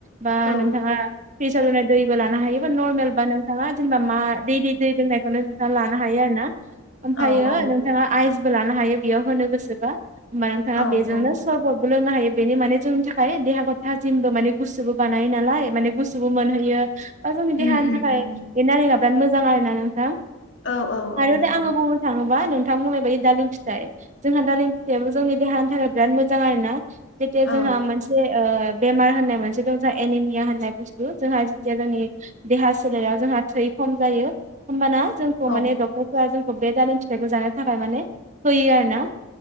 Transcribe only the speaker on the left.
औ
औ औ
औ
औ
उम
उम
उम
औ औ औ
नंगौ
औ
औ